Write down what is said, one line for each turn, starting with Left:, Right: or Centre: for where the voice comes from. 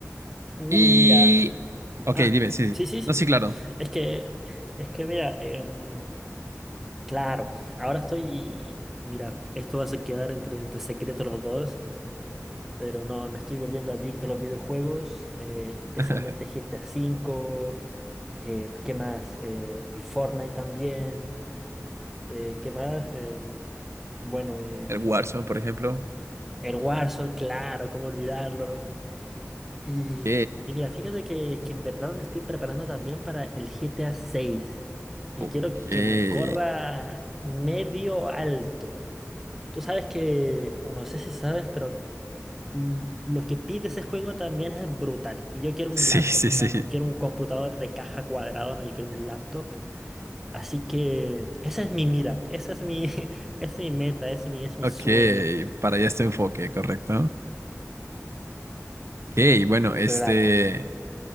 Centre: Uy,
Right: Y...
Centre: mira.
Right: Ok,
Centre: Ah,
Right: dime, sí.
Centre: sí, sí, sí.
Right: No, sí, claro.
Centre: Es que, es que mira, em, claro, ahora estoy, mira, esto va a quedar entre, entre secretos los dos. Pero no, me estoy volviendo adicto a los videojuegos, eh, especialmente
Right: <laughs>
Centre: GTA V. eh, ¿qué más? Eh, el Fortnite también. eh, ¿qué más? Em, bueno, eh,
Right: El Warzone, por ejemplo.
Centre: el Warzone, claro, cómo olvidarlo. Y,
Right: Ok.
Centre: y mira, fíjate que, que en verdad me estoy preparando también para el GTA seis Y
Right: Ok.
Centre: quiero
Right: <laughs>
Centre: que me corra medio alto. Tú sabes que, o no sé si sabes, pero l- Lo que pide ese juego también es brutal. Y yo quiero un
Right: Sí,
Centre: laptop,
Right: sí,
Centre: o
Right: sí.
Centre: sea, no quiero un computador de caja cuadrado no, yo quiero un laptop. Así que esa es mi mira, esa es mi, <laughs> es mi meta, es mi, es mi
Right: Ok.
Centre: sueño.
Right: Para allá este enfoque, correcto. Ok, bueno, este.
Centre: Claro.